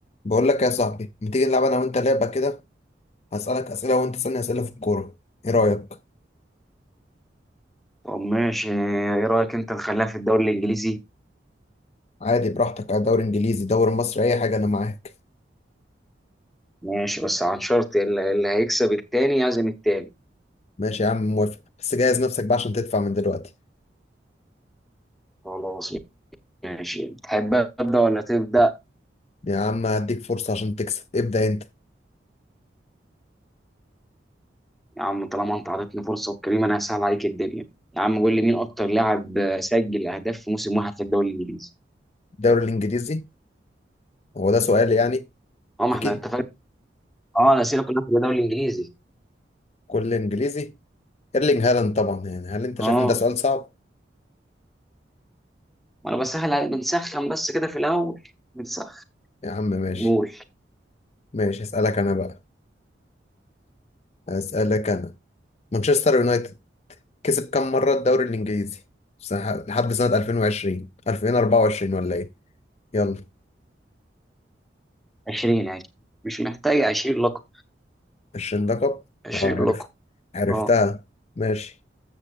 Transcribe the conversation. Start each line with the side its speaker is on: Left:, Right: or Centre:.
Left: بقول لك يا صاحبي ما تيجي نلعب انا وانت لعبه كده هسالك اسئله وانت تسالني اسئله في الكوره ايه رايك
Centre: طب ماشي ايه رأيك انت نخليها في الدوري الانجليزي
Left: عادي براحتك على دوري انجليزي دوري مصري اي حاجه انا معاك
Centre: ماشي بس عن شرط اللي اللي هيكسب التاني يعزم التاني
Left: ماشي يا عم موافق بس جهز نفسك بقى عشان تدفع من دلوقتي
Centre: خلاص ماشي تحب ابدا ولا تبدا
Left: يا عم هديك فرصه عشان تكسب ابدا انت
Centre: يا عم طالما انت عطيتني فرصه وكريم انا هسهل عليك الدنيا يا عم قول لي مين اكتر لاعب سجل اهداف في موسم واحد في الدوري الانجليزي
Left: الدوري الانجليزي هو ده سؤال يعني
Centre: اه ما
Left: اكيد
Centre: احنا اتفقنا اه الاسئله كلها في الدوري الانجليزي
Left: كل انجليزي ايرلينج هالاند طبعا يعني هل انت
Centre: اه
Left: شايف ان ده سؤال صعب
Centre: ما انا بسهل عليك بنسخن بس كده في الاول بنسخن
Left: يا عم ماشي
Centre: قول
Left: ماشي اسالك انا بقى اسالك انا مانشستر يونايتد كسب كام مرة الدوري الإنجليزي سنة- لحد سنة 2020 2024 ولا إيه يلا
Centre: 20 20 مش محتاج 20 لقب
Left: 20 لقب
Centre: 20
Left: أه عرفت
Centre: لقب
Left: عرفتها
Centre: اه
Left: ماشي